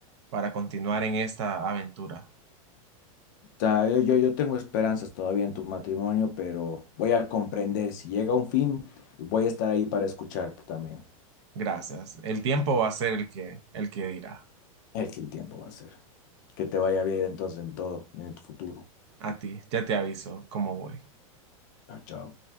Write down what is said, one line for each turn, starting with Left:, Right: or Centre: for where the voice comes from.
Right: para continuar en esta aventura.
Left: O yo, yo, yo tengo esperanzas todavía en tu matrimonio, pero voy a comprender. Si llega un fin, voy a estar ahí para escucharte también.
Right: Gracias. El tiempo va a ser el que, el que dirá.
Left: Es que el tiempo va a ser. Que te vaya bien entonces en todo y en el futuro.
Right: A ti, ya te aviso cómo voy.
Left: Chao, chao.